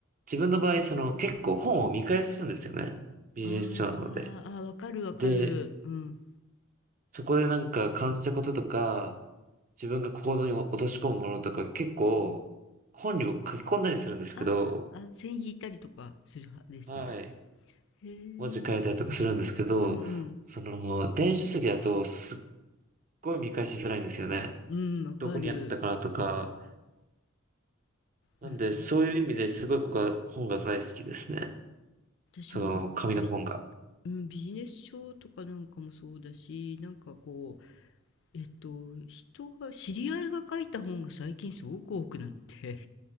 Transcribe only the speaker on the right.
自分の場合その結構本を見返すんですよね。ビジネス書なので。
で、
そこでなんか感じたこととか、自分が行動に落とし込むものとか結構本にも書き込んだりするんですけど、
はい。
文字変えたりとかするんですけど、
その、電子書籍だとすっごい見返しづらいんですよね。
どこにあったかなとか。なんで、
そういう意味ですごい僕は本が大好きですね。
その、紙の本が。